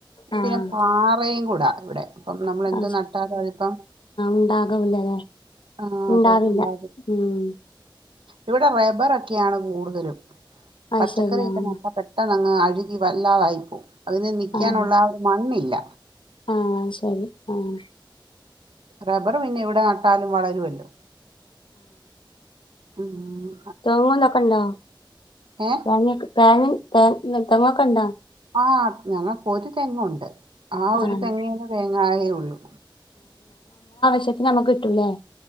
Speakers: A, on the left; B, on the right.
A: ആഹ്
B: പിന്നെ പാറയും കൂടാ ഇവിടെ അപ്പം നമ്മൾ എന്ത
A: ആഹ്
B: നട്ടാലും അതിപ്പം
A: ഉണ്ടാകവില്ലല്ലേ
B: ആ
A: ഉണ്ടാവില്ല
B: അതെ ഉണ്ടാവ
A: ഉം
B: ഇവിടെ റബറൊക്കെയാണ് കൂടുതലും
A: അത്
B: പച്ചക്കറിയെക്ക
A: ശരി ആഹ്
B: നട്ടാ പെട്ടെന്ന് അങ്ങ് അഴുകി വല്ലാതായി പോം അതിന് നിക്കാനുള്ള
A: ആഹ്
B: ആ മണ്ണില്ല
A: ആഹ് ശരി ആഹ്
B: റബ്ബർ പിന്നെ എവിടെ നട്ടാലും വളരുവല്ലോ ങാം
A: തെങ്ങുംതൊക്കെണ്ടോ
B: ഏ
A: തേങ്ങക്കെ തേങ്ങേൻ <unintelligible> കണ്ട
B: ആ ഞങ്ങക്ക് ഒരു തെങ്ങുണ്ട് ആ
A: ആഹ്
B: ഒരു തെങ്ങിന്റെ തേങ്ങായേ ഉള്ളു
A: <unintelligible> നമ്മക്ക് കിട്ടൂലേ